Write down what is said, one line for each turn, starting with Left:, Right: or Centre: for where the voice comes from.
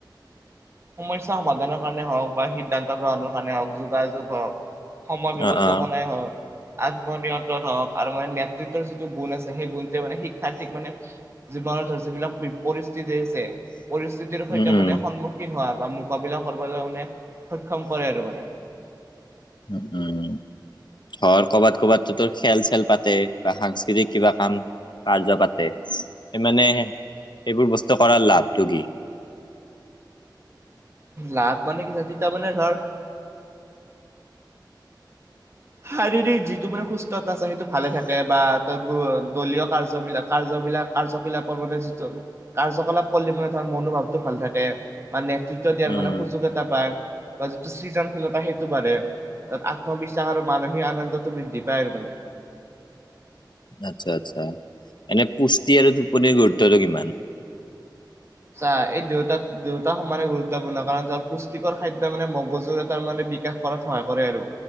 Right: সমস্যা সমাধানৰ কাৰণে হওক বা সিদ্ধান্ত গ্ৰহণৰ কাৰণে হওক যোগাযোগ হক সময় ব্যৱস্থাপনাই
Left: অ অ
Right: হওক। আত্মনিয়ন্ত্ৰণ হওক আৰু মানে নেতৃত্বৰ যিটো গুণ আছে সেই গুণটোৱে মানে শিক্ষাৰ্থীক মানে। জীৱনত ধৰ যিবিলাক পৰিস্থিতি আহিছে পৰিস্থিতিৰ সৈতে
Left: উম উম
Right: মানে সন্মুখীন। হোৱা বা মোকাবিলা কৰিবলৈ মানে সক্ষম কৰে আৰু মানে।
Left: উ উম। ধৰ কৰ'বাত ক'বাত তোৰ খেল চেল পাতে বা সাংস্কৃতিক কিবা কাম। কাৰ্য পাতে সি মানে। এইবোৰ বস্তু কৰাৰ লাভ টো কি?
Right: লাভ মানে কি হেতি তাৰমানে ধৰ শাৰীৰিক যিটো মানে সুস্থতা আছে সেইটো ভালে থাকে বা ত দলীয় কাৰ্যবিলাক কাৰ্য। বিলাগ কাৰ্যকিলাপ পৰ মানে যিটো কাৰ্যকলাপ কৰিলে মানে ধ মনোভাৱটো ভাল থাকে মানে। দিয়াৰ
Left: উম
Right: মানে সুযোগ এটা পায় বা যিটো সৃজনশীলতা সেইটো বাঢ়ে তাত আত্মবিশ্বাস। <inaudible> আৰু মানসিক আনন্দতটো বৃদ্ধি পায় আৰু মানে।
Left: আচ্ছা আচ্ছা এনে পুষ্টি আৰু টোপনিৰ গুৰুত্বটো কিমান?
Right: চাহ এই দুয়তাত দুয়ত সমানে গুৰুত্বপূৰ্ণ কাৰণ ধৰ পুষ্টিকৰ খাদ্য মানে মগজুৰ এ তাৰ মানে। বিকাশ কৰাত সহায় কৰে আৰু